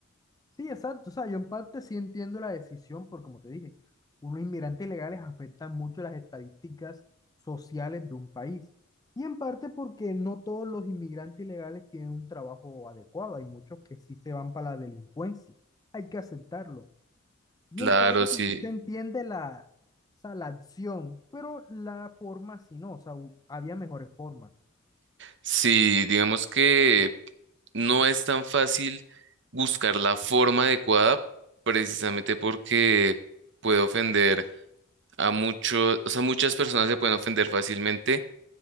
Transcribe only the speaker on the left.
Sí, exacto. O sea, yo en parte sí entiendo la decisión, porque como te dije, unos inmigrantes ilegales afectan mucho las estadísticas sociales de un país. Y en parte porque no todos los inmigrantes ilegales tienen un trabajo adecuado. Hay muchos que sí se van para la delincuencia. Hay que aceptarlo. Y
en parte o
sea, sí se entiende la, o sea, la acción, pero la forma sí no. O sea, hu- había mejores formas.